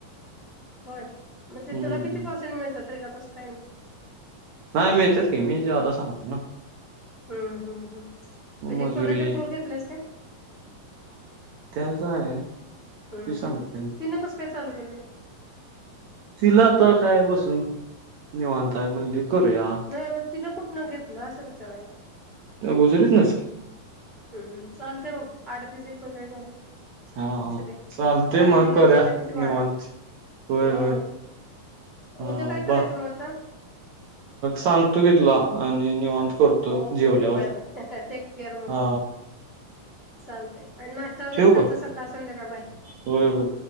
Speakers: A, on the left; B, on the right.
A: होय मग ते
B: हम्म
A: तुला किती पर्सेंट मिळतात रे का तसक ना
B: नाही मिळतेच की मी ज्यादा सांगतो ना
A: हम्म हम् हम म्हणजे
B: मजुरी
A: कोणाच्या थ्रू घेतलास का
B: त्याचं आहे
A: हम्म
B: ती सांगते
A: हम्म तिन कस काय चालू केलंय
B: तिला आता काय बसून निवांत हाय म्हणली करूया
A: नाही मग तिनं कुठनं घेतलं असं विचारायला
B: गुजरीतनसकी
A: हम् चालतेय बघ अडतीस एकोणचाळीस झालेत
B: हा
A: लक्ष
B: हा
A: दे
B: चालते
A: काळजी
B: मग
A: घे
B: करूया
A: तब्येतीची बाळा
B: निवांत होय
A: हो
B: होय
A: हो
B: हा
A: उद्या काय करायचं
B: बा
A: मग आता
B: सांगतो की तुला आणि निवांत
A: चालते
B: करतो
A: ओके
B: जेवल्यावर
A: ओके बाय बाय टेक केअर मग
B: हा
A: चालते आणि नाष्टा वगैरे
B: ठेवू
A: खात
B: का
A: जा सकाळ संध्याकाळ बाय
B: होय होय